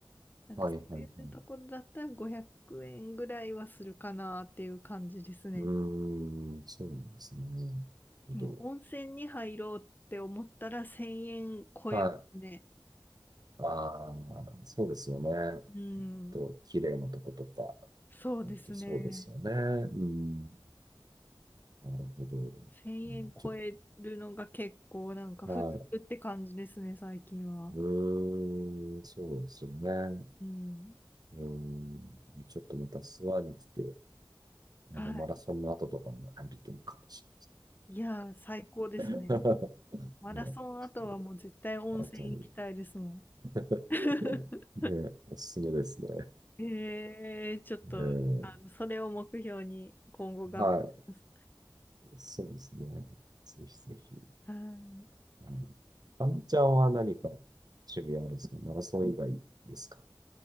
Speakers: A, on the left; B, on the right.
A: なんかそういうところだったら500円ぐらいはするかなっていう感じですね。
B: はい、はい、はい。うーん、そうなんですね。なるほど
A: でも温泉に入ろうって思ったら1000円超えますね。
B: はい。ああ、そうですよね。
A: うん、
B: ちょっと、綺麗なとことか。
A: そうですね。
B: ほんとそうですよね。うん。なるほど。うん
A: 1000円超えるのが結構なんか普通って感じですね、
B: ちょっと、はい。
A: 最近は。
B: うーん、そうですよね。
A: うん。
B: うん。ちょっとまた諏訪に来て、
A: はい。
B: あの、マラソンの後とかも入るといいかもし
A: いやー、最高ですね。
B: れないです <laughs>
A: マラソン後はもう絶対温泉行きたいですもん。
B: ね、ちょっと、後に。<laughs>
A: <laughs>
B: ね、おすすめですね。
A: ええちょっと、
B: えー、
A: あの、それを目標に今後頑張ります。
B: はい、そうですね。ぜひぜひ。
A: はい。
B: うん。あのちゃんは何か趣味あるんですかマラソン以外ですか